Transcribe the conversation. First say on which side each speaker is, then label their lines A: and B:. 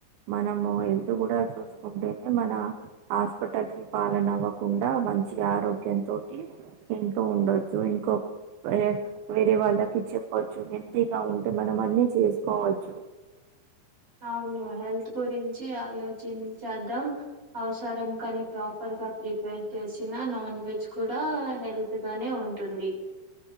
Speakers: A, on the right; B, on the right.
A: మనము హెల్త్ గుడా చూసుకుంటేనే మన హాస్పిటల్ కి పాలన అవ్వకుండా మంచి ఆరోగ్యం తోటి ఇంకా ఉండొచ్చు ఇంకో ఏ వేరే వాళ్ళకి చెప్పచ్చు హెల్దీగా ఉంటే మనం అన్ని చేసుకోవచ్చు
B: అవును హెల్త్ గురించి ఆలోచించేద్దాం అవసరం కానీ ప్రాపర్ గా ప్రిపేర్ చేసిన నాన్ వెజ్ కూడా హెల్త్ గానే ఉంటుంది